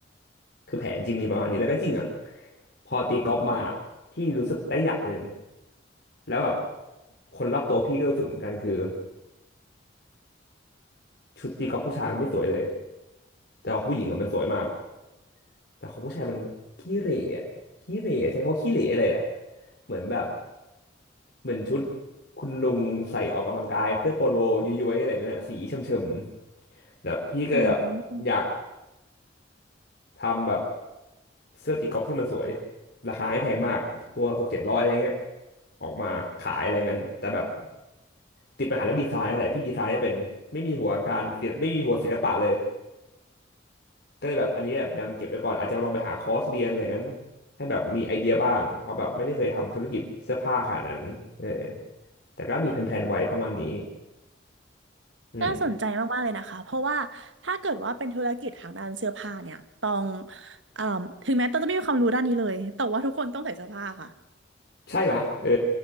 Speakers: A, on the left (about 60°); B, on the right (about 85°).
A: คือแผนจริงมีประมาณนี้แล้วก็จริงอ่ะพอตีกอล์ฟมาที่รู้สึกได้อย่างหนึ่งแล้วแบบคนรอบตัวพี่ก็รู้สึกเหมือนกันคือชุดตีกอล์ฟผู้ชายมันไม่สวยเลยแต่ของผู้หญิงอะมันสวยมาก แต่ของผู้ชายมันขี้เหร่อะขี้เหร่อะใช้คำว่าขี้เหร่เลยอะเหมือนแบบเหมือนชุดคุณลุงใส่ออกกำลังกายเสื้อโปโลย้วยๆอะไรเงี้ยนะสีเฉมๆแบบพี่ก็แบบอยาก
B: อืม
A: ทำแบบเสื้อตีกอล์ฟที่มันสวยราคาไม่แพงมากตัวหกเจ็ดร้อยอะไรเงี้ยออกมาขายอะไรเงี้ยแต่แบบติดปัญหาเรื่องดีไซน์นั่นแหละพี่ดีไซน์ไม่เป็นไม่มีหัวการศิลป์ไม่มีหัวศิลปะเลย ก็เลยแบบอันนี้แบบยังเก็บไว้ก่อนอาจจะลองไปหาคอร์สเรียนอะไรงั้นให้แบบมีไอเดียบ้างเพราะแบบไม่ได้เคยทำธุรกิจเสื้อผ้าขนาดนั้นเออแต่ก็มีแผนๆไว้ประมาณนี้อืม
B: น่าสนใจมากๆเลยนะคะเพราะว่าถ้าเกิดว่าเป็นธุรกิจทางด้านเสื้อผ้าเนี่ยต้องเอ่มถึงแม้ต้องจะไม่มีความรู้ด้านนี้เลยแต่ว่าทุกคนต้องใส่เสื้อผ้าค่ะ
A: ใช่ไหมเออ